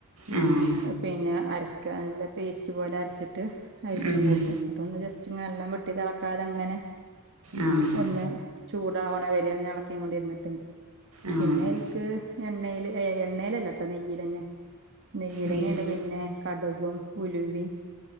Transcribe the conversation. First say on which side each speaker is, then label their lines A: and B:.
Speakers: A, on the right; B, on the right.
A: ഉം.
B: പിന്നെ അരയ്ക്കാൻ നല്ല പേസ്റ്റ് പോലെ അരച്ചിട്ട് അയിൽക്ക്
A: ആഹ് ഉം
B: കൂട്ട. എന്നിട്ടൊന്ന് ജസ്റ്റ് ഇങ്ങനെ എല്ലാം വെട്ടി തിളക്കാതെ ഇങ്ങനെ
A: ആഹ്
B: ഒന്ന് ചൂടാവണ വരെന്ന് ഇളക്കീം കൊണ്ട് ഇരുന്നിട്ടെ
A: ആഹ്
B: പിന്നെ അയിൽക്ക് എണ്ണേല് ഏഹ് എണ്ണേല് അല്ലട്ടോ നെയ്യിലന്നെ നെയ്യിലന്നെയാണ്
A: മെയില്
B: പിന്നെ കടുകും ഉലുവേം